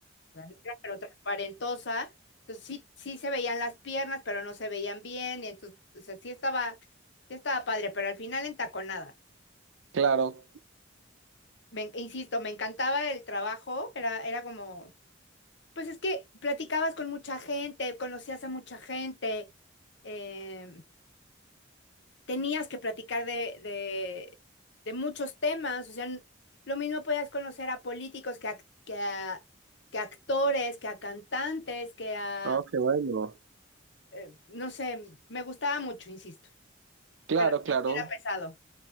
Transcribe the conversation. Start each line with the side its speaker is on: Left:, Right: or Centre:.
Left: sea, negra, Pero transparentosa. Entonces sí, sí se veían las piernas, pero no se veían bien. Y entonces, o sea, sí estaba, sí estaba padre, pero al final entaconada.
Right: claro.
Left: Me, insisto, me encantaba el trabajo, era, era como Pues es que platicabas con mucha gente, conocías a mucha gente, eh, tenías que platicar de, de, de muchos temas, o sea, n- lo mismo podías conocer a políticos que a, que a, que a actores, que a cantantes, que a,
Right: Ah, qué bueno.
Left: eh, no sé, me gustaba mucho, insisto,
Right: Claro,
Left: pero
Right: claro.
Left: sí sí era pesado.